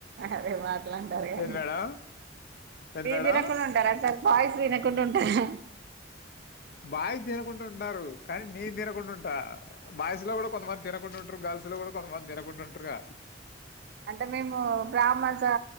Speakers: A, on the right; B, on the left.
A: అరే మా అంటారు గాని
B: ఏది మేడం ఏది
A: మీరు
B: మేడం
A: తినకుండ ఉంటారా సార్ బాయ్స్ తిన కుండ ఉంటార
B: బాయ్స్ తినకుండ ఉంటారు కానీ నేను తినకుండా ఉంటా బాయ్స్ లో కూడా కొంతమంది తినకుండా ఉంట్రు గాల్స్ లో కూడా కొంతమంది తినకుండ ఉంట్రుగా
A: అంటే మేము బ్రాహ్మన్స్ ఆ